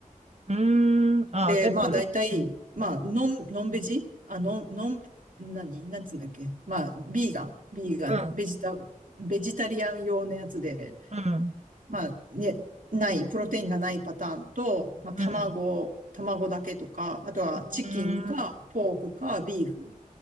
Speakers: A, on the right (about 50°); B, on the right (about 65°).
A: うん。うーん。あ、
B: で、
A: え、
B: まあ、
A: ぷる、
B: 大体、
A: うん。
B: まあ、ノン、ノンベジあ、ノン、ノン、何なんつうんだっけまあ、ビーガンビーガンベジタ、
A: うん、
B: ベジタリアン用のやつで、
A: うん。
B: まあ、ね、ない、プロテインがないパターンと、まあ、卵、
A: うん。
B: 卵だけとか、あとはチキンか、
A: うん。
B: ポークか、ビーフ。